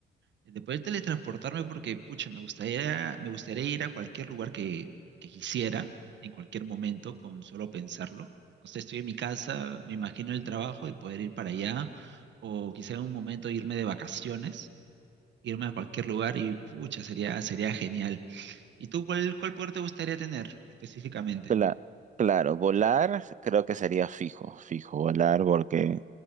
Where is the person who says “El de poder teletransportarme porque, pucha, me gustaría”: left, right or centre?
Right